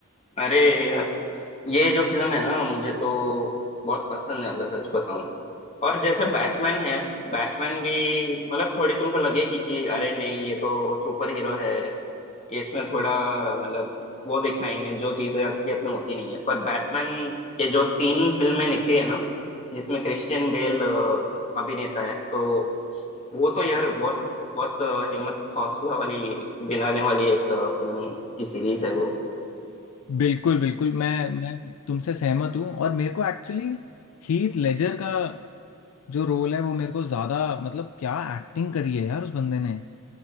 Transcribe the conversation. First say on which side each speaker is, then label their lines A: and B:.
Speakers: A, on the left; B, on the left.
A: अरे यार ये जो फिल्म है ना मुझे तो बहुत पसंद है अगर सच बताऊं और जैसे बैटमैन है बैटमैन भी मतलब थोड़ी तुमको लगेगी कि अरे नहीं ये तो सुपर हीरो है ये इसमें थोड़ा मतलब वो दिखाएंगे जो चीजें असलियत में होती नहीं है पर बैटमैन के जो तीन फिल्में निकली है ना जिसमें क्रिश्चियन बेल अ, अभिनेता है तो वो तो यार बहुत बहुत अ, हिम्मत हौसला वाली दिलाने वाली एक अ, फिल्म की सीरीज है वो
B: बिल्कुल बिल्कुल मैं मैं तुमसे सहमत हूँ और मेरे को एक्चुअली हीथ लेजर का जो रोल है वो मेरे को ज़्यादा मतलब क्या एक्टिंग करी है यार उस बंदे ने